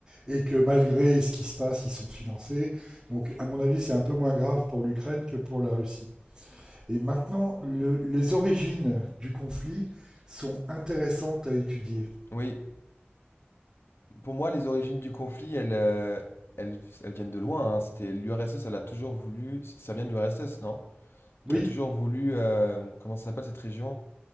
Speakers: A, on the right; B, on the left.
A: et que malgré ce qui se passe, ils sont financés. Donc à mon avis, c'est un peu moins grave pour l'Ukraine que pour la Russie. Et maintenant, le- les origines du conflit sont intéressantes à étudier.
B: Oui. Pour moi, les origines du conflit, elles, euh, elles, elles viennent de loin. hein. C'était l'URSS, elle a toujours voulu. Ça vient de l'URSS, non?
A: Oui,
B: Qui a toujours voulu. euh, comment ça s'appelle cette région?